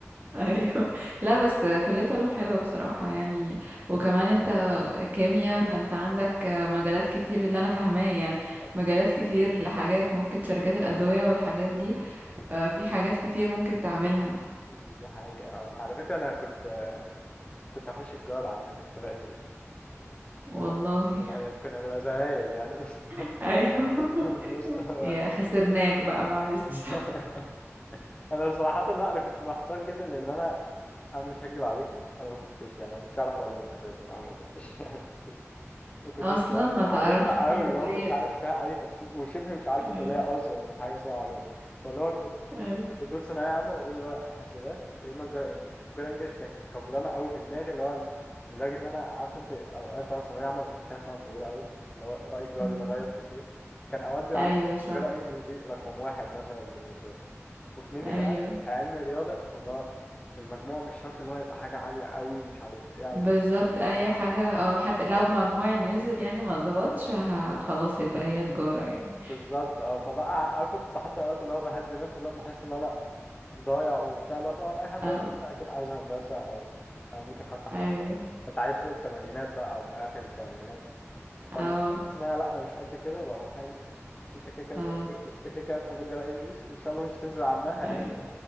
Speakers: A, on the left; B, on the right.
A: ف...
B: ايوه <laughs> لا بس كلية علوم حلوة بصراحة يعني وكمان انت كيمياء فانت عندك مجالات كتير اللي انا فاهماه يعني
A: طب-
B: مجالات كتير لحاجات ممكن شركات الأدوية والحاجات دي ففي حاجات كتير ممكن تعملها
A: دي حقيقه آه. على فكره انا كنت كنت هخش الجار على فكره قراءه انجليش
B: والله
A: طب كنا هن- كنا هنبقى زمايل يعني بس
B: <laughs> ايوه
A: <laughs> بس هو
B: يا خسرناك بقى معلش
A: <laughs> انا صراحه لا انا كنت محتار جدا لان انا انا مش هكدب عليكي انا ما كنتش يعني ما كنتش اعرف علوم اساسا او ما كنتش <laughs> يعني ما كنتش ما كنتش
B: اصلا
A: يعني
B: ما تعرفش
A: عارفها
B: في
A: قوي
B: كلية
A: لو ما كنتش عارف فيها اي تفاصيل وشبه مش عارف
B: أيوة.
A: الكليه اصلا ان في حاجه اسمها علوم فاللي هو كنت
B: أيوة.
A: كنت طول ثانويه عامه بقول اللي هو حاسبات يا اما تجاره انجلش والتجاره انجلش كانت كبرانه قوي في دماغي اللي هو لدرجه ان انا عارفه انت اوقات طبعا ثانويه عامه بتحسها سنه طويله قوي فاللي هو رايك بيقعد
B: أمم،
A: يتغير كتير كان اوقات بيبقى
B: ايوه
A: عندي
B: صح
A: تجاره انجلش دي رقم واحد مثلا بالنسبه لي وكمني
B: ايوه
A: كمان علمي رياضة فاللي هو المجموع مش شرط اللي هو يبقى حاجة عالية قوي ومش عارف ايه علشان
B: بالظبط اي حاجة اه حتى لو مجموعي نزل يعني ما ظبطش ه- خلاص يبقى هي تجارة يعني
A: بالظبط اه فاللي هو عارفه كنت حتى اوقات اللي هو بهدي نفسي اللي هو بحس ان انا ضايع وبتاع اللي هو طبعا اي حد
B: اه
A: اكيد عايز هندسة او او ممكن حتى حاسبات
B: ايوه
A: انت عايز فوق التمانينات بقى او في اخر التمانينات
B: اه
A: فلما كنت بحس ان انا لا مش قد كده بروح قايل مش انت كده كده
B: خلاص
A: بتحب مش انت كده كده بتحب تقرا انجليش ان شاء الله مش تنزل عنها يعني
B: ايوه